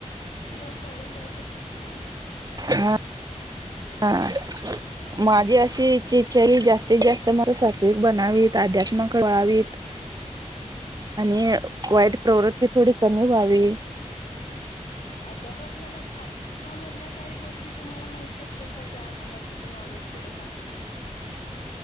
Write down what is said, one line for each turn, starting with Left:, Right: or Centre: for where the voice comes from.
Left: <inaudible> सोडून द्यायचं ना.
Right: हा. हां. माझी अशी इच्छा इच्छा आहे की जास्तीत जास्त म सातविक बनावीत अध्यात्मक वळावीत
Left: <inaudible> <inaudible>
Right: आणि
Left: का.
Right: वाईट प्रवृत्ती थोडी कमी व्हावी.
Left: अध्यात्म अध्यात्मामधल्या काही गोष्टी तुम्हाला माहि ती असेल तर द्या मला त्याच नॉलेज थोडफार.